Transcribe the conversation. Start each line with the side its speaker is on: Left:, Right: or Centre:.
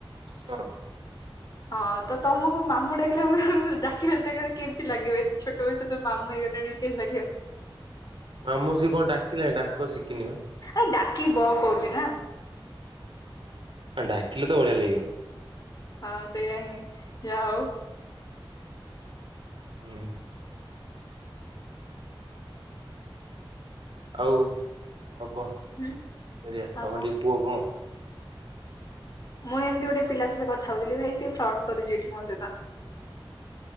Right: ସର।
Left: ହଁ ତମକୁ ତ ମାମୁଁ ଡାକିଲା ବେଳକୁ ଡାକିବା ସେଇଟା କେମିତି ଲାଗିବ ଏତେ ଛୋଟ ବୟସ ରୁ ତମେ ମାମୁ ହେଇଗଲଣି <unintelligible> କେମିତି ଲାଗିବ?
Right: ମାମୁଁ ସିଏ କଣ ଡାକିଲାଣି ଡାକ ଶିଖିନି ବା।
Left: ଏ ଡାକିବ କହୁଛି ନା।
Right: ଆ ଡାକିଲେ ତ ବଢିଆ ଲାଗବ।
Left: ହଁ ସେଇଆ ହିଁ ଯାହା ହଉ।
Right: ହୁଁ। ଆଉ ଆଉ କଣ
Left: ହୁଁ
Right: ଫେରିଆ
Left: ଆଉ
Right: ତମେ
Left: କଣ
Right: ଟିକେ କୁହ କଣ <unintelligible>
Left: ମୁଁ ଏମିତି ଗୋଟେ ପିଲା ସହିତ କଥା କଉଥିଲି ଭାଇ ସେ ଫ୍ରଡ୍ କରୁଛି ଏଠି ମୋ ସହିତ।